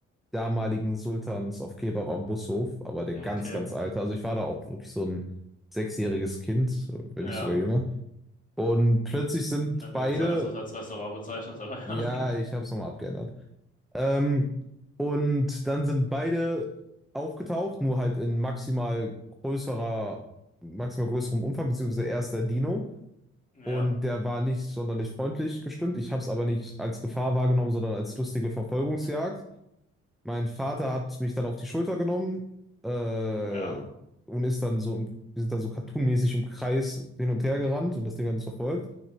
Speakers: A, in the centre; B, on the left (about 25°).
A: damaligen Sultans auf Kebab am Bushof, aber der ganz,
B: okay,
A: ganz alte. Also ich war da auch wirklich so ein sechsjähriges Kind, wenn
B: ja.
A: nicht sogar jünger. Und plötzlich sind
B: Ganz
A: beide,
B: interessant, dass du es als Restaurant bezeichnest, aber ja.
A: ja, ich habe es nochmal abgeändert. Ähm, und dann sind beide aufgetaucht, nur halt in maximal größerer, maximal größerem Umfang, beziehungsweise erst der Dino.
B: Ja,
A: Und der war nicht sonderlich freundlich gestimmt. Ich habe es aber nicht als Gefahr wahrgenommen, sondern als lustige Verfolgungsjagd. Mein Vater hat mich dann auf die Schulter genommen äh,
B: ja,
A: und ist dann so, im- wir sind dann so cartoonmäßig im Kreis hin und her gerannt und das Ding hat uns verfolgt.